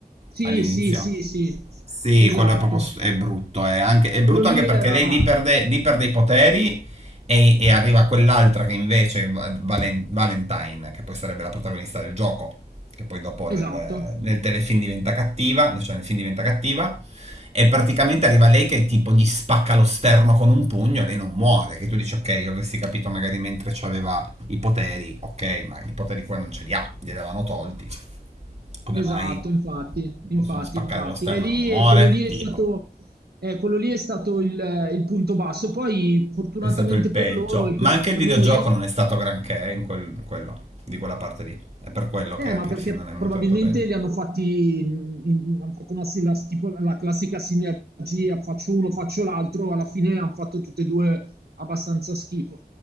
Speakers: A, on the right (about 80°); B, on the right (about 40°).
A: Sì,
B: all'inizio.
A: sì, sì, sì,
B: Sì,
A: esatto.
B: quello è proprio s- è brutto. È, anche, è brutto
A: Quello lì
B: anche perché
A: era
B: lei lì perde, lì perde i poteri e, e arriva quell'altra che invece, è Va- Valen- Valentine, che poi sarebbe la protagonista del gioco, che poi dopo
A: esatto,
B: nel, nel telefilm diventa cattiva, cioè nel film diventa cattiva, e praticamente arriva lei che tipo gli spacca lo sterno con un pugno e lei non muore. Che tu dici, ok, io avessi capito magari mentre aveva i poteri, ok, ma i poteri qua non ce li ha, li avevano tolti. Come
A: esatto,
B: mai?
A: infatti, infatti,
B: possono spaccare
A: infatti.
B: lo sterno
A: E lì
B: e non muore,
A: eh, quello lì è
B: tipo.
A: stato, eh, quello lì è stato il, il punto basso. Poi, fortunatamente
B: È stato il peggio.
A: per loro e
B: Ma
A: per
B: anche il videogioco
A: noi,
B: non è stato granché in, quel- in quello, di quella parte lì. È per quello
A: Eh,
B: che anche
A: ma perché
B: il film non è venuto
A: probabilmente
B: tanto bene.
A: li hanno fatti, in- in- hanno fatto una, si- la, tipo la classica sinergia, faccio uno, faccio l'altro, alla fine hanno fatto tutte e due abbastanza schifo.